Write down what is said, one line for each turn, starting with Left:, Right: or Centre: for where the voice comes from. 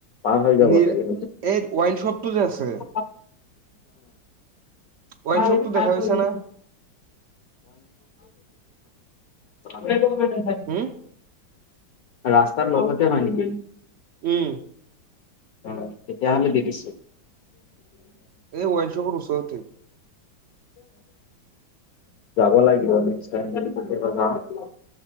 Left: পাৰ হৈ যাব
Right: নিৰ
Left: লাগে
Right: এই ৱাইন শ্বপটো যে আছে
Left: অ
Right: ৱাইন
Left: আৰু
Right: শ্বপটো
Left: তাৰল
Right: দেখা পাইছা না
Left: ক <unintelligible>
Right: উম
Left: ৰাস্তাৰ লগতে ভানি
Right: উম',
Left: অ', তেতিয়াাহমি দেখিছো।
Right: এই ৱাইন শুকৰৰ চৰততে
Left: যাব লাগিব নক টাইতি